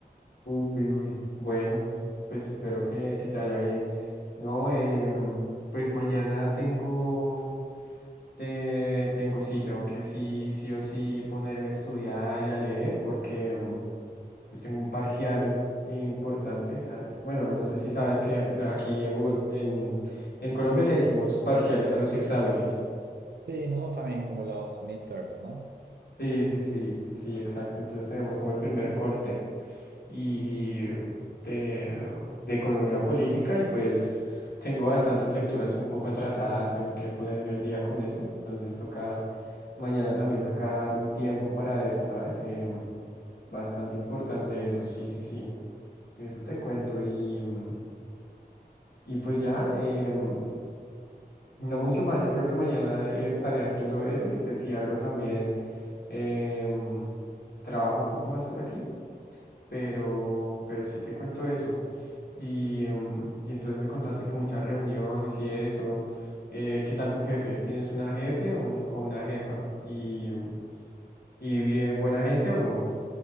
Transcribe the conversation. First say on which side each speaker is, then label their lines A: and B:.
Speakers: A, on the left; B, on the right.
A: Uy, uy, bueno, pues espero que, que te vaya bien. No, em, pues mañana tengo, te, tengo sí, tengo que sí, sí o sí ponerme a estudiar y a leer porque em, pues tengo un parcial importante. Ah, Bueno, no sé si sabes que la- aquí en Bogotá, en, en Colombia le decimos parciales a los exámenes.
B: Sí, nosotros también como los midterms, ¿no?
A: Sí, sí, sí, sí, exacto. Entonces tenemos como el primer corte. y de, de economía política y pues tengo bastantes lecturas un poco atrasadas, tengo que ponerme al día con eso, entonces toca mañana también sacar un tiempo para eso, ¿sabes? Em, bastante importante eso, sí, sí, sí, eso te cuento y, mm, y pues ya, em, no mucho más, yo creo que mañana estaré haciendo eso y pues si algo también em, trabajo un poco más por aquí. pero, pero sí te cuento eso. Y, em, y entonces me contaste que muchas reuniones y eso. Eh, ¿qué tal tu jefe? ¿Tienes una jefe o, un- o una jefa? ¿Y, em, y bien, buena gente o no?